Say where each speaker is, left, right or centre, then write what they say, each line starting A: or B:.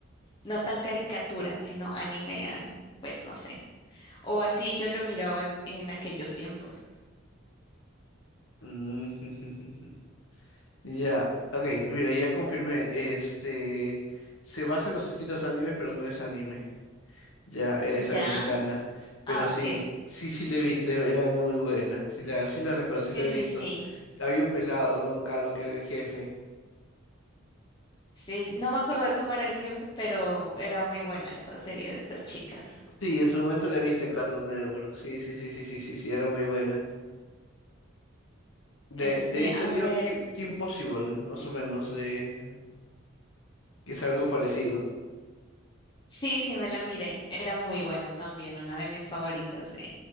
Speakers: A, on the left; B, on the left.
A: no tan caricatura, sino anime, anime. Pues no sé. O así yo lo miraba en en aquellos tiempos.
B: Mm. <laughs> Ya, ok, mira, ya confirmé. Este se basa en los estilos animes, pero no es anime. Ya es
A: Ya,
B: americana. Pero
A: ah, ok.
B: sí, sí, sí la he visto, era muy buena. Sí la, sí la recuerdo,
A: Sí,
B: sí la
A: sí,
B: he visto.
A: sí.
B: Había un pelado, ¿no? Un calvo que era el jefe.
A: Sí, no me acuerdo de cómo era el jefe, pero era muy buena esta serie de estas chicas.
B: Sí, en su momento la he visto en Cartoon Network. Sí, sí, sí, sí, sí, sí, sí, era muy buena. De,
A: Este,
B: de ahí salió
A: a ver.
B: Kim, Kim Possible, más o menos, de que es algo parecido.
A: Sí, sí, me la miré. Era muy buena también, una de mis favoritas de,